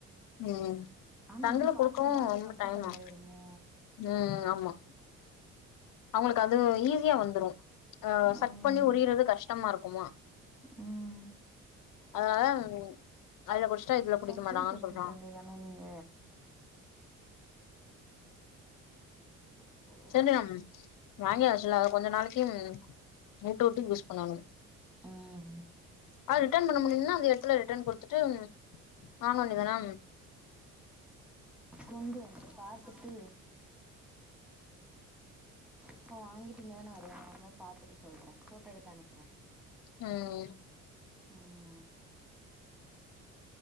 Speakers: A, on the left; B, in the centre.
A: ம்
B: ஆனா
A: சங்குல
B: இது பால்
A: கொடுக்கவு
B: டப்பானா
A: வரமாட்டாங்கனா
B: அது கம்ஃபர்டபிள் ஆயிருமோ
A: உம் ஆமா அவங்களுக்கு அது ஈஸியா வந்துரு அஹ்
B: ம்
A: சக் பண்ணி உரியறது கஷ்டமா இருக்குமா
B: ம்
A: அதனால அதுல குடிச்சிட்டா இதுல குடிக்க
B: ஃபர்ஸ்ட்டே
A: மாட்டாங்கனு
B: சொல்லிருக்க
A: சொல்றங்க
B: வேண்டியதான நீங்க உ உம்
A: <unintelligible> வாங்கியாச்சுல அத கொஞ்ச நாளைக்கு மூட்டவுட்டு யூஸ் பண்ணணு
B: ம்
A: அ ரிட்டன் பண்ண முடியுன அந்த இடத்துல ரிட்டன் குடுத்துட்டு வாங்க வேண்டிதானா
B: கொண்டுவரத்து பாத்துட்டு இப்போ வாங்கிட்டு இங்கதானே வருவங்க வரும்போது பாத்துட்டு சொல்ற ஃபோட்டோ எடுத்து அனுப்புற
A: ம்
B: ம்